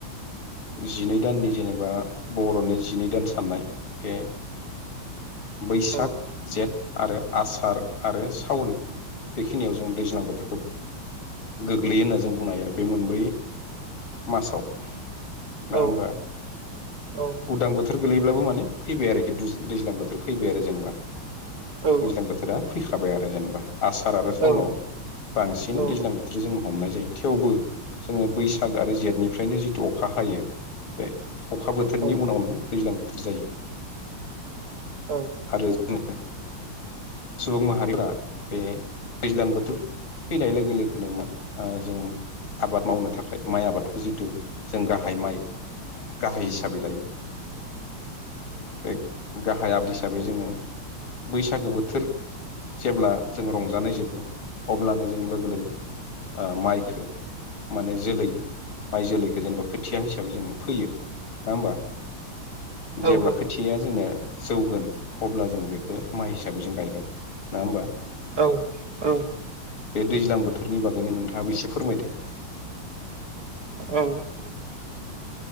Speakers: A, on the left; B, on the right.
A: जिनै दाननि जेनेबा बर'नि जिनै दान साननाय बे बैसाग
B: औ
A: जेट आरो आसार आरो साउन बेखिनियाव जों दैज्लां बोथोरखौ गोग्लैयो होनना जों बुंनो हायो बे मोनब्रै मासाव। नङा
B: औ
A: होमबा?
B: औ
A: उदां बो थोर गोलैब्लाबो माने फैबाय आरोखि दुज दैज्लां बोथोर फैबाय आरो जेनेबा।
B: औ
A: दैज्लां बोथोरा फैखाबाय आरो जेनेबा। आसार आरो साउनाव
B: औ
A: बांसिन
B: औ
A: दैज्लां बोथोर जोंङो हमनाय जायो। थेवबो जोङो बैसाग आरो जेथनि फ्रायनो जि थु अखा हायो। बे अखा बोथोरनि
B: औ
A: उनावनो दैज्लां बोथोर जायो।
B: औ
A: आरो <unintelligible> सुबुं माहारिफोरा बे दैज्लां बोथोर फैनाय लोगो लोगोनो माने जों आबाद मावनो थाखाय माइ आबादखौ जिथु जों गाहाइ माइ गाहाइ हिसाबै लायो। बे गाहाइ <unintelligible> हिसाबै जोङो बैसागो बोथोर जेब्ला जों रंजानाय जोबो। अब्लानो जों लोगो लोगो माइखो माने जोलै माइ जोलैखो जेनेबा खोथिया हिसाबै जोङो फोयो। नङा होमबा?
B: औ
A: जेब्ला खोथिया
B: औ
A: जोंना जौगोन अब्ला जों बेखो माइ हिसाबै जों गायगोन। नङा होमबा?
B: औ औ।
A: बे दैज्लां बोथोरनि बागैनो नोंथाङाबो एसे फोरमायदो।
B: औ।